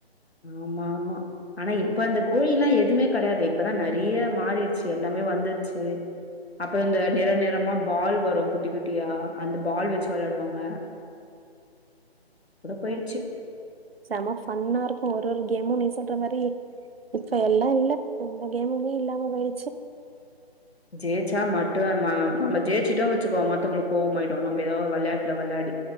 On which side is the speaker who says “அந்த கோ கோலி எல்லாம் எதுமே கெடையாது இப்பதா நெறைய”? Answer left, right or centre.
Left